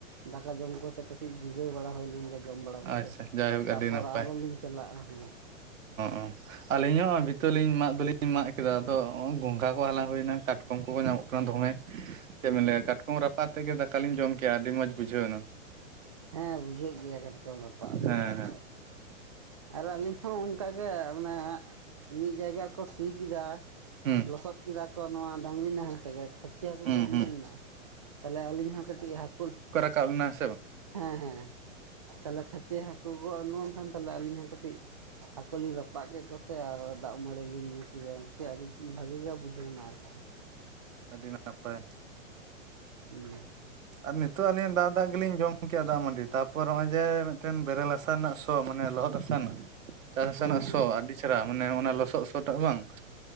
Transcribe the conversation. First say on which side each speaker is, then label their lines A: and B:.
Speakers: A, on the right; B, on the right.
A: ᱫᱟᱠᱟ ᱡᱚᱢ ᱠᱟᱛᱮᱜ ᱠᱟᱹᱴᱤᱡ ᱡᱤᱨᱟᱹᱣ ᱵᱟᱲᱟ ᱦᱩᱭ ᱞᱮᱱ ᱜᱮ ᱡᱚᱢ ᱵᱟᱲᱟ ᱠᱟᱛᱮᱫ,
B: ᱟᱪᱪᱷᱟ ᱡᱟᱭᱦᱳᱠ
A: ᱛᱟᱯᱚᱨ
B: ᱟᱹᱰᱤ ᱱᱟᱯᱟᱭ
A: ᱟᱨᱚᱞᱤᱧ ᱪᱟᱞᱟᱜᱼᱟ ᱦᱩᱸ ᱾
B: ᱚ ᱟᱹᱞᱤᱧ ᱦᱚᱸ ᱵᱷᱤᱛᱚᱞᱤᱧ ᱢᱟᱜ ᱫᱚᱞᱤᱧ ᱢᱟᱜ ᱠᱮᱫᱟ ᱟᱫᱚ ᱵᱚᱸᱜᱷᱟ ᱠᱚ ᱦᱟᱞᱟᱝ ᱦᱩᱭᱱᱟ ᱠᱟᱴ ᱠᱚᱢ ᱠᱚᱠᱚ ᱧᱟᱢᱚᱜ ᱠᱟᱱᱟ ᱫᱚᱢᱮ, ᱪᱮᱫ ᱵᱤᱱ ᱞᱟᱹᱭᱟ ᱠᱟᱴᱠᱚᱢ ᱨᱟᱯᱟᱜ ᱛᱮᱜᱮ ᱫᱟᱠᱭᱟᱞᱤᱧ ᱡᱚᱢ ᱠᱮᱫᱼᱟ ᱟᱹᱰᱤ ᱢᱚᱸᱡ ᱵᱩᱡᱷᱣ ᱱᱟ ᱾
A: ᱦᱮᱸ ᱵᱩᱡᱷᱟᱹᱜ ᱜᱮᱭᱟ ᱠᱟᱴᱠᱚᱢ ᱨᱟᱯᱟᱜ
B: ᱦᱮᱸ
A: ᱫᱚ, ᱟᱫᱚ
B: ᱦᱮᱸ
A: ᱟᱨ ᱟᱹᱞᱤᱧ ᱦᱚᱸ ᱚᱱᱠᱟ ᱜᱮ ᱢᱟᱱᱮ ᱢᱤᱫ ᱡᱟᱭᱜᱟ ᱨᱮ ᱠᱚ ᱥᱤ ᱠᱮᱫᱟ
B: ᱦᱩᱸ
A: ᱞᱚᱥᱚᱫ ᱠᱮᱫᱟ ᱠᱚ ᱱᱚᱣᱟ ᱰᱟᱝᱨᱤ ᱱᱟᱦᱮᱞ ᱛᱮᱜᱮ ᱠᱷᱟ ᱪᱮᱫ ᱦᱟᱹᱠᱩ
B: ᱦᱩᱸ
A: ᱠᱚ ᱩᱰᱩᱝ
B: ᱦᱩᱸ
A: ᱮᱱᱟ ᱛᱟᱦᱚᱞᱮ ᱟᱹᱞᱤᱧ ᱦᱚᱸ ᱠᱟᱹᱴᱤᱡ ᱦᱟᱹᱠᱩ ᱾
B: ᱠᱟᱞᱱᱟ ᱥᱮ ᱵᱟᱝ ᱾
A: ᱦᱮᱸ ᱦᱮᱸ ᱛᱟᱦᱚᱞᱮ ᱠᱷᱟᱪ ᱾ ᱦᱟᱹᱠᱩ ᱩᱰᱩᱠᱚ ᱠᱟᱱ ᱛᱟᱦᱚᱞᱮ ᱟᱹᱞᱤᱧ ᱦᱚᱸ ᱠᱟᱹᱴᱤᱡ ᱦᱟᱹᱠᱩ ᱞᱤᱧ ᱨᱟᱯᱟᱜ ᱠᱮᱫ ᱠᱚᱛᱮ ᱟᱨ ᱾ ᱫᱟᱜ ᱡᱟᱹᱲᱤ ᱞᱤᱧ ᱧᱩ ᱠᱮᱫᱟ ᱟᱨ ᱠᱤ ᱟᱹᱰᱤ ᱵᱷᱟᱜᱤ ᱜᱮ ᱵᱩᱡᱷᱟᱹᱣ ᱮᱱᱟ ᱟᱨ ᱠᱤ ᱾
B: ᱟᱹᱰᱤ ᱱᱟᱯᱟᱭ
A: ᱦᱩᱸ
B: ᱟᱨ ᱱᱤᱛᱚᱜ ᱟᱹᱞᱤᱧ ᱫᱟᱜ ᱫᱟᱜ ᱜᱮᱞᱤᱧ ᱡᱚᱢ ᱠᱮᱜᱼᱟ ᱫᱟᱜ ᱢᱟᱹᱰᱤ ᱛᱟᱯᱚᱨ ᱱᱚᱜᱼᱚᱭ ᱡᱮ ᱢᱤᱫᱴᱮᱱ ᱵᱮᱨᱮᱞ ᱦᱟᱥᱟ ᱨᱮᱱᱟᱜ ᱥᱚ ᱢᱟᱱᱮ ᱞᱚᱦᱚᱫ ᱦᱟᱥᱟ ᱨᱮᱱᱟᱜ, ᱪᱟᱥ ᱦᱟᱥᱟ
A: ᱦᱮᱸ
B: ᱨᱮᱱᱟᱜ
A: ᱦᱮᱸ
B: ᱥᱚ ᱟᱹᱰᱤ ᱨᱟ ᱢᱟᱱᱮ ᱚᱱᱟ ᱞᱚᱥᱚᱫ ᱫᱚ ᱴᱟᱜ ᱵᱟᱝ